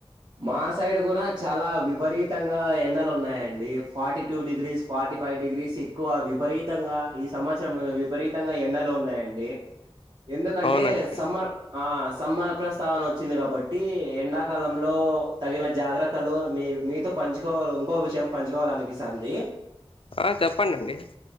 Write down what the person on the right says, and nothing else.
మా సైడ్ కూడా చాలా విపరీతంగా ఎండలు ఉన్నాయండి. Forty two degrees forty five degrees ఎక్కువ విపరీతంగా ఈ సంవత్సరం. విపరీతంగా ఎన్న లోన్ ఉన్నాయండి ఎందుకంటే
సమ్మర్ ఆ సమ్మ ప్రస్తావన వచ్చింది కాబట్టి ఎండాకాలం లో తగిన జాగ్రత్తలు మీ మీతో పంచుకోవాల ఇంకో విషయం పంచుకోవాల అనిపిస్తుంది.